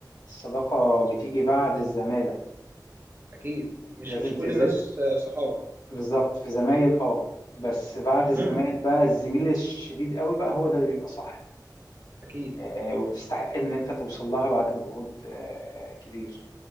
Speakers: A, on the left; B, on the right.
A: الصداقة
B: مظبوط
A: بتيجي بعد الزمالة
B: اكيد مش
A: لازم
B: مش
A: تز
B: كل الناس آه، صحاب
A: بالظبط في زمايل اه بس بعد
B: مهم.
A: الزمايل بقى الزميل الشديد قوي بقى هو ده اللي بيبقى صح
B: اكيد
A: آه، وبتستحق ان انت توصل لها بعد مجهود آه، كبير